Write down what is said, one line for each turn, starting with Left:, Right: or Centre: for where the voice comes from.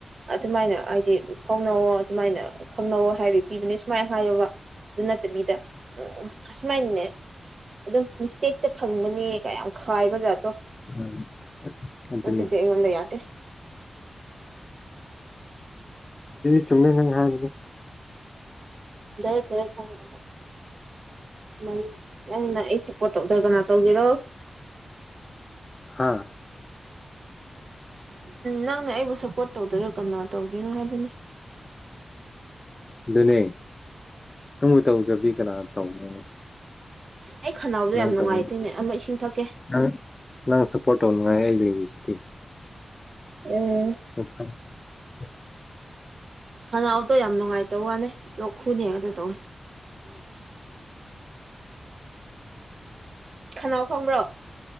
Right: ꯑꯗꯨꯃꯥꯏꯅ ꯍꯥꯏꯗꯤ ꯐꯥꯎꯅꯋꯣ ꯑꯗꯨꯃꯥꯏꯅ ꯈꯪꯅꯧꯋ ꯍꯥꯏꯕ ꯄꯤꯕꯅꯦ ꯁꯨꯃꯥꯏꯅ ꯍꯥꯏꯌꯣꯕ ꯑꯗꯨ ꯅꯠꯇꯕꯤꯗ ꯎꯝ ꯎ ꯑꯁꯨꯃꯥꯏꯅꯅꯦ ꯑꯗꯨꯝ ꯃꯤꯁꯇꯦꯛꯇ ꯐꯪꯕꯅꯦ ꯀꯌꯥꯝ ꯈꯥꯏꯕ ꯑꯣꯖꯥꯠꯇꯣ
Left: ꯎꯝ ꯑꯗꯨꯅꯤ
Right: ꯑꯗꯨ ꯑꯗꯨꯗ ꯍꯗ ꯌꯥꯗꯦ
Left: ꯆꯨꯝꯃꯦ ꯃ ꯍꯥꯏ
Right: ꯦ ꯐꯔꯦ ꯊ <unintelligible> ꯅꯪ ꯅꯪ ꯅꯪ ꯑꯩ ꯁꯞꯄꯣꯔꯠ ꯇꯧꯗꯣꯏ ꯀꯅꯥ ꯇꯧꯒꯦꯔꯣ
Left: ꯍꯥꯥ
Right: ꯅꯪꯅ ꯑꯩꯕꯨ ꯁꯞꯄꯣꯔꯠ ꯇꯧꯗꯣꯏꯔꯣ ꯀꯅꯥ ꯇꯧꯗꯣꯏꯅꯣ ꯍꯥꯏꯕꯅꯤ
Left: ꯅꯦ ꯅꯪꯕꯨ ꯇꯧꯗ꯭ꯔꯕꯤ ꯀꯅꯥ ꯇꯧꯅꯤ
Right: ꯑꯩ ꯈꯅꯥꯎꯗꯣ
Left: ꯅꯪ
Right: ꯌꯥꯝ ꯅꯨꯡꯉꯥꯏꯇꯦꯅꯦ
Left: ꯇꯧ
Right: ꯑꯃ ꯏꯁꯤꯡ ꯊꯛꯀꯦ
Left: ꯪ ꯅꯪ ꯁꯄꯣꯔ ꯑꯣꯁꯤꯇꯤ
Right: ꯎꯝ
Left: ꯑꯠꯀ <unintelligible>
Right: ꯈꯅꯥꯎꯗꯣ ꯌꯥꯝ ꯅꯨꯡꯉꯥꯏꯇꯧ ꯋꯥꯅꯦ ꯂꯣꯛ ꯈꯨꯅꯦꯒꯗ ꯇꯧꯅꯤ ꯈꯅꯥꯎ ꯈꯪꯕ꯭ꯔꯣ